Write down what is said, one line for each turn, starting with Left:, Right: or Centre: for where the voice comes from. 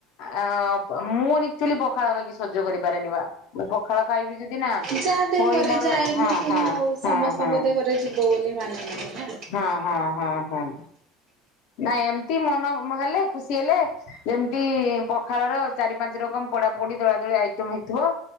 Left: ଅଁ ମୁଁ ଆକଚୁଆଲି ପଖାଳ ଖାଇକି ସଜ୍ୟ କରିପାରେନି ବା ମୁଁ ପଖାଳ ଖାଇବି ଯଦି ନା
Right: ଯାହା ଦେହରେ
Left: ହୋଇ ମୋର
Right: ଯାଏନି
Left: ହଁ
Right: ପୁଣି
Left: ହଁ
Right: ଆଉ ସମସ୍ତଙ୍କ
Left: ହଁ ହଁ
Right: ଦେହରେ ଯିବ ବୋଲି ମାନେ ନାହିଁ। ନା।
Left: ହଁ ହଁ ହଁ ହଁ। ନାଇଁ ଏମତି ମନ ହେଲେ ଖୁସି ହେଲେ ଯେମିତି ପଖାଳର ଚାରି ପାଞ୍ଚ ରକମ ପୋଡା ପୋଡି ଦଳା ଦଳି ଆଇଟମ ହେଇଥିବ।